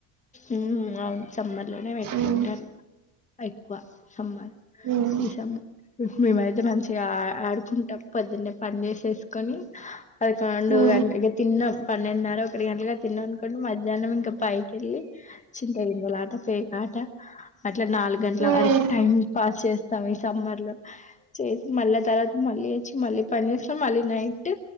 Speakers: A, on the left; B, on the right.
A: ఉమ్ హు అవును సమ్మర్ లోనే పెట్టుకుంటారు.
B: ఉమ్
A: ఎక్కువ సమ్మర్
B: ఉమ్
A: సి సమ్మ హు మేమైతే మంచిగా ఆడుకుంటం. పొద్దున్నే పని చేసేసుకొని. పదకొండు
B: ఉమ్
A: గంటకి ఇగ తిన్నాం. పన్నెండున్నర ఒకటి గంటలుగా తిన్నాం అనుకోండి. మధ్యాహ్నం ఇంకా పైక్ వెళ్ళి చింత గింజలాట, పేకాట అట్లా నాలుగు గంట్ల
B: ఉమ్
A: వరకు టైం పాస్ చేస్ స్తాం. ఈ సమ్మర్ లో చేసి మళ్ళా తర్వాత మళ్ళీ వచ్చి, మళ్ళీ పని చేస్కోని, మళ్ళీ నైట్. టు